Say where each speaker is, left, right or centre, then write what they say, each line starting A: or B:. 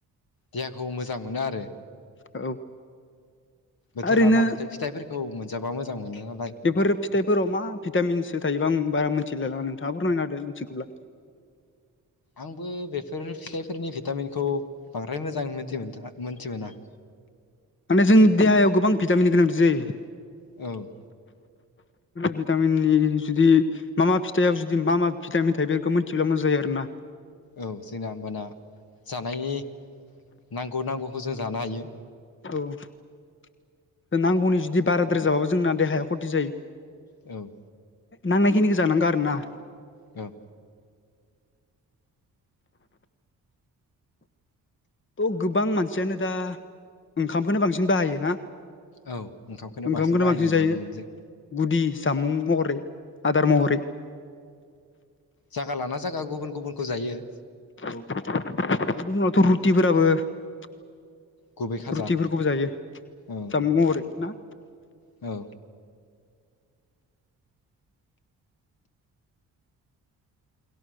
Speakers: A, on the left; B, on the left.
A: देहाखौ मोजां मोनो आरो।
B: औ
A: बोथोर
B: ओरैनो
A: लाना बोथोर फिथाइफोरखौ मोनजाबा मोजां मोनो नालाय।
B: बेफोर फिथाइफोराव मा भिटामिनसो थायोबा आं बारा मिथिलायला नोंथाङा फोरमायनाहोदो मिथिगौब्ला
A: आंबो बेफोर फिथाइफोरनि भिटामिनखौ बांद्राय मोजां मोनथि मोनथि मोना।
B: माने जोंनि देहायाव गोबां भिटामिन गोनांथि जायो।
A: औ।
B: भिटाम इ जुदि मा मा फिथाइआव जुदि मा मा फिटामिन थायो बेखौ मिथियोब्ला मोज जायो आरो ना।
A: औ जोंना होमबाना जानायनि नांगौ नांगौखौ जों जानो हायो।
B: औ नांगौनि जुदि बाराद्राय जाबाबो जोंना देहाया ख'थि जायो।
A: औ।
B: नांनाय खिनिखौ जानांगौ आरो ना।
A: औ।
B: थ' गोबां मानसियानो दा ओंखामखौनो बांसिन बाहायो ना।
A: औ ओंखामखौनो
B: ओंखामखौनो
A: बांसिन बाहायनाय
B: जायो
A: नुनो मोन जों।
B: गुदि जामुं महरै, आदार महरै
A: जायागा लाना जाया गुबुन-गुबुनखौ जायो।
B: औ गुबुनावथ' रुरथिफोराबो
A: गुबै खाजा
B: रुथिफोरखौबो जायो
A: औ
B: जामुं महरै ना।
A: औ।